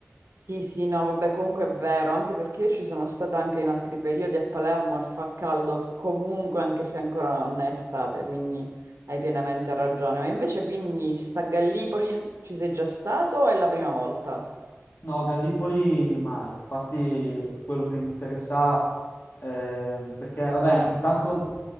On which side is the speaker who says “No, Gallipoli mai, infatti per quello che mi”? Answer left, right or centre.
Left